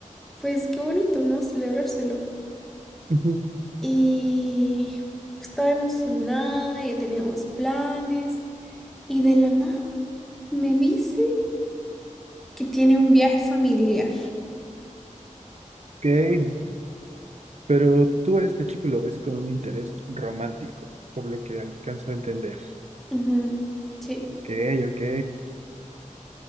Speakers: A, in the centre; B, on the right (about 55°).
A: pues qué bonito, ¿no? Celebrárselo.
B: Ujú.
A: Y estaba emocionada, ya teníamos planes. Y de la nada me dice que tiene un viaje familiar.
B: Ok, Pero tú a este chico lo ves con un interés romántico, por lo que alcanzo a entender.
A: Ujú, sí.
B: Ok, ok.